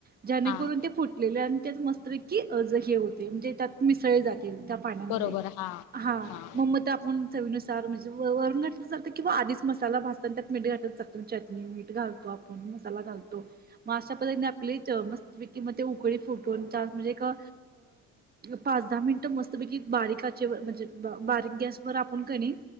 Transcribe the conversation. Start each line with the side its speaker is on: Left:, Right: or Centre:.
Right: ज्याणेकरून
Left: हां
Right: ते. फुटलेले आणि त्यात मस्तपैकी ज हे होते म्हणजे त्यात मिसळ ले जातील. पाण्यामदे
Left: बरोबर हां
Right: हा!
Left: हां
Right: म, म त आपूण चवीनुसार म जे वरून घातलं चालत किंवा आधीच मसाला भाजतांना त्यात मीठ घातल चा चटणी मीठ घालतो, आपूण मसाला घालतो, म आश्या पद्धतीने आपली च मस्त कि म ते उकळी फुटून चा म्हणजे एक अ पाच दहा मिनटं मस्तपैकी बारीकआचेव म्हणजे बारीक गॅसवर आपूण कणी.